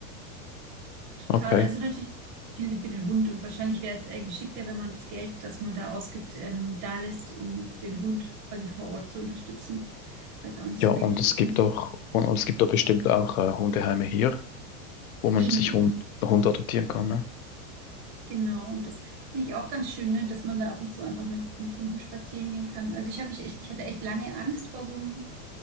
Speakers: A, on the right (about 20°); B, on the left (about 70°).
A: Total,
B: Okay.
A: also natürlich auch viel für den Hund und wahrscheinlich wäre es äh, geschickter, wenn man das Geld, das man da ausgibt, ähm, da lässt, um den Hund quasi vor Ort zu unterstützen, weil es auch nicht
B: Ja,
A: so
B: und
A: billig
B: es
A: ist.
B: gibt
A: Ne?
B: auch, und es gibt da bestimmt auch äh, Hundeheime hier, wo man
A: Eben,
B: sich Hund,
A: das
B: Hund adoptieren kann, ne?
A: genau und das finde ich auch ganz schön, ne? Dass man da ab und zu einfach mit, mit Hunden spazieren gehen kann. Also ich habe mich echt, ich hatte echt lange Angst vor so einem